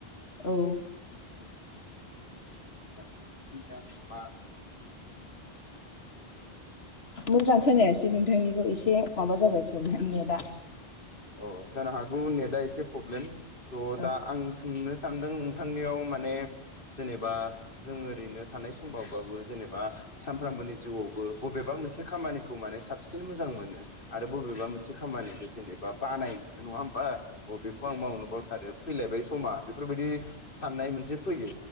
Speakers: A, on the left; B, on the left.
A: औ
B: <unintelligible>
A: मोजां खोनायासै नोंथांनिखौ एसे माबा जाबाय प्रब्लेम नेटा।
B: औ जानो हागौ नेटआ एसे प्रब्लेम। स'
A: औ
B: दा आं सोंनो सानदों नोंथांनियाव माने जेनेबा जों ओरैनो थानाय समबावबाबो जेनेबा सानफ्रामबोनि जिउआवबो बबेबा मोनसे खामानिखौ माने साबसिन मोजां मोनो आरो बबेबा मोनसे खामानिखौ जेनेबा बानाय मोनो नङा होमबा? औ बेखौ आं मावनो बाथारो फैलायबाय समा बेफोरबायदि साननाय मोनसे फैयो।